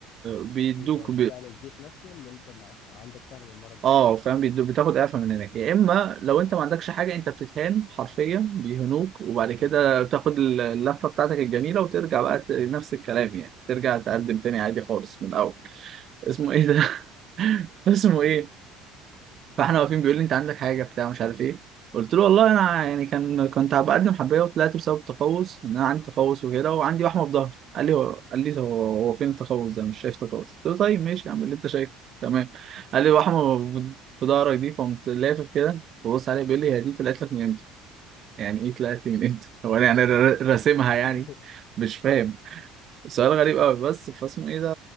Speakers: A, on the right (about 45°); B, on the left (about 60°).
A: بيدوك
B: بيترد بقى للجيش نفسه ان انت معاك عندك فعلا المرض ده
A: اه فاهم بيدو- بتاخد اعفاء من هناك يا اما لو انت
B: اه
A: ما عندكش حاجه انت بتتهان حرفيا بيهنوك وبعد
B: <laughs>
A: كده بتاخد ال- اللفه بتاعتك الجميله وترجع بقى ت- نفس الكلام يعني ترجع تقدم تاني عادي خالص من الاول اسمه ايه
B: تمام
A: ده <laughs> اسمه ايه فاحنا واقفين بيقول لي انت عندك حاجه بتاع مش عارف ايه قلت له والله انا يعني كان كنت بقدم حبايه وطلعت بسبب التقوس ان انا عندي تقوس وكده وعندي وحمه في ظهري قال لي هو قال لي هو هو فين التقوس ده مش شايف تقوس قلت له طيب ماشي اعمل اللي انت شايفه تمام قال لي وحمه في ظهرك دي فقمت لافف كده ببص عليه بيقول لي هي دي طلعت لك من امتى يعني ايه طلعت لي من امتى هو انا يعني ر- راسمها يعني
B: <laughs>
A: مش فاهم سؤال غريب قوي بس فاسمه ايه ده